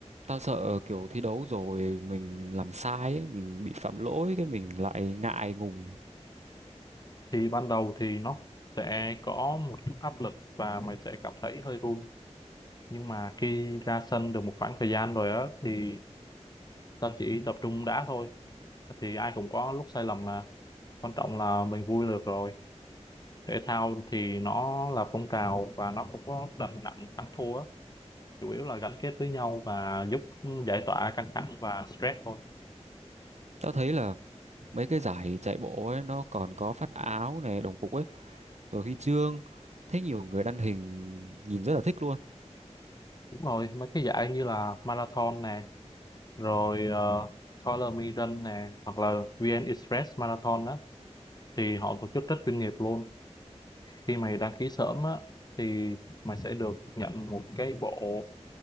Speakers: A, on the right (about 70°); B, on the left (about 35°).
A: tao sợ kiểu thi đấu rồi mình làm sai ấy mình bị phạm lỗi cái mình lại ngại ngùng
B: thì ban đầu thì nó sẽ có một chút áp lực và mày sẽ cảm thấy hơi run nhưng mà khi ra sân được một khoảng thời gian rồi á thì tao chỉ tập trung đá thôi thì ai cũng có lúc sai lầm mà quan trọng là mình vui được rồi thể thao thì nó là phong trào và nó không có đặt nặng thắng thua á. chủ yếu là gắn kết với nhau và giúp giải tỏa căng thẳng và stress thôi
A: tao thấy là mấy cái giải chạy bộ ấy nó còn có phát áo này đồng phục ấy rồi huy chương thấy nhiều người đăng hình nhìn rất là thích luôn
B: đúng rồi mấy cái giải như là marathon nè rồi uh, Color Me Run nè hoặc là VN Express Marathon á thì họ tổ chức rất chuyên nghiệp luôn khi mày đăng ký sớm á thì mày sẽ được nhận một cái bộ